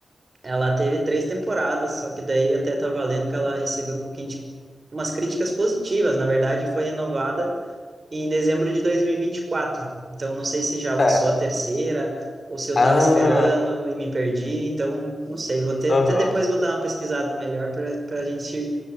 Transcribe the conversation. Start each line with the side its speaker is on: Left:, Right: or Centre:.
Right: Ela teve três temporadas, só que daí até tava lendo que ela recebeu um pouquinho de umas críticas positivas. Na verdade, foi renovada em dezembro de 2024. Então, não sei se já lançou
Left: É.
Right: a terceira ou se eu
Left: Ah,
Right: tava esperando e me perdi. Então, não sei. Vou ter,
Left: aham.
Right: até depois vou dar uma pesquisada melhor para para a gente